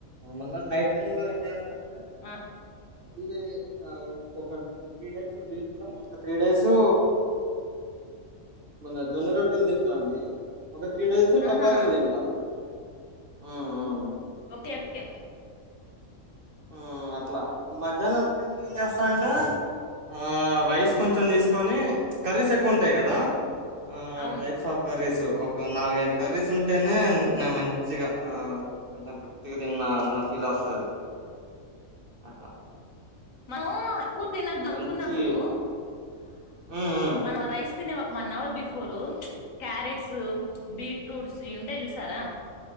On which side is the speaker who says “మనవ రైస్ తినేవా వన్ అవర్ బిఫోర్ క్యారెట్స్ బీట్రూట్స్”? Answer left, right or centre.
Left